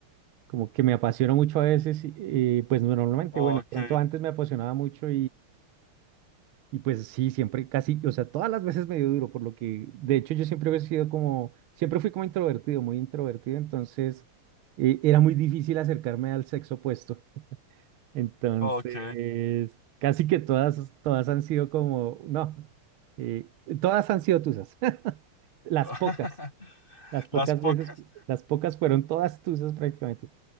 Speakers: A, on the right (about 70°); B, on the left (about 25°).
A: como que me apasiono mucho a veces, y, eh, pues no, normalmente,
B: Ok,
A: bueno, de pronto antes me apasionaba mucho Y pues sí, siempre casi, o sea, todas las veces me dio duro, por lo que, de hecho, yo siempre he sido como, siempre fui como introvertido, muy introvertido, entonces eh, era muy difícil acercarme al sexo opuesto. <laughs> Entonces,
B: ok.
A: casi que todas, todas han sido como, no, eh, todas han sido tusas, <laughs> las
B: <laughs>
A: pocas, las pocas
B: ¿Las pocas?
A: veces, las pocas fueron todas tusas prácticamente.